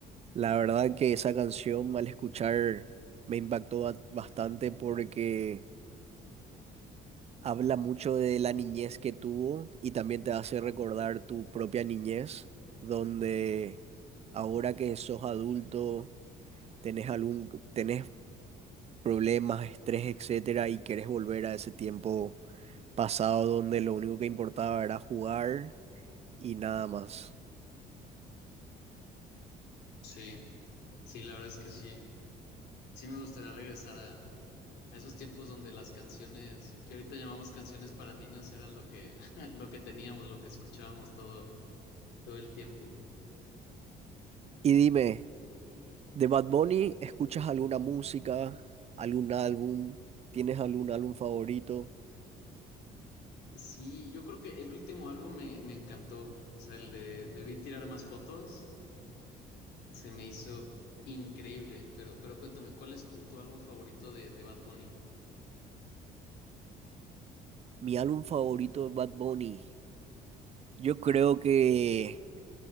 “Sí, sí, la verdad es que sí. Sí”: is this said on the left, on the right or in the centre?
Left